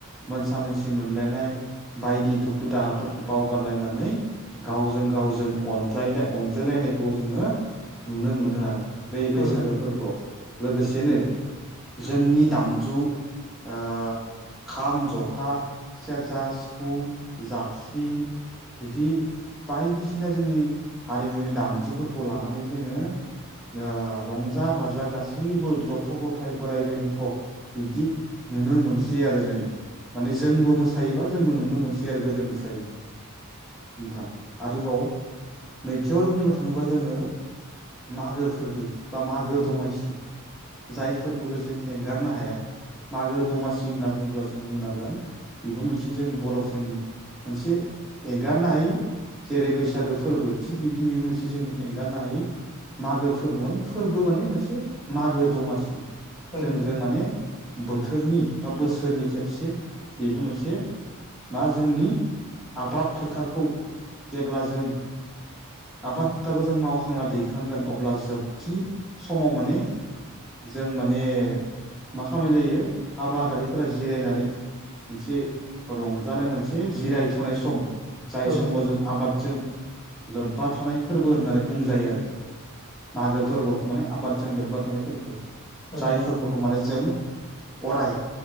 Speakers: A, in the centre; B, on the left (about 25°).
A: मोनसा मोनसि मोनलायनाय बायदि दुखु दाहाफोरखौ बावगारलायनानै गावजों गावजों अनज्लाय अनजायलायनायखौ जोङो नुनो मोनो आरो बे
B: औ
A: बैसागो
B: नोंथां
A: फोरबोआव लोगोसेनो जोंनि दामजु ओ खाम, जथा, सेरजा, सिफुं, जाबस्रिं बिदि बायदिसिना जोंनि हारिमुनि दामजुफोरखौ लानानै जोङो ओ रंजा-बाजा गासैबो गथ' गथाय बोराइ बेन्थ' बिदि नुनो मोनसै आरो जों माने जोंबो मोसायो बा जोंबो नुनो मोनसै आरो गोदोनिफ्रायनो नोंथां आरोबाव नैथियाव आरो बुंनो थाङोबा जोङो मागो फोरबो बा मागो दमायसि जायफोरबोबो जों एंगारनो हाया मागो-दमासि होनना बुंङोब्ला जों बुंनांगोन बेबो मोनसे जों बर'फोरनि मोनसे एंगारनो हायि जेरै बैसागो फोरबो थिग बिबदिनो बे मोनसे जों एंगारनो हायि मागो फोरबो माने फोरबो माने मोनसे मागो दमासि
B: औ नोंथां
A: जोंजों माने बोथोरनि बा बोसोरनि खेबसे बेबो मोनसे मा जोंनि आबाद फोथारखौ जेब्ला जों आबाद फोथारखौ जों मावखांना दैखांगोन अब्ला जोबथि समाव माने जों माने मा खालामनाय जायो आबादारिफोरा जिरायनानै मोनसे रंजानाय मोनसे जिरायथ'नाय सम जाय
B: औ नोंथां
A: समाव जों आबादजों लोब्बा थानाय फोरबो होननानै बुंजायो आरो मागो फोरबोखौ माने आबादजों लोब्बा थानाय फोरबो
B: औ
A: जाय
B: नोंथां
A: फोरबोखौ माने जों अराय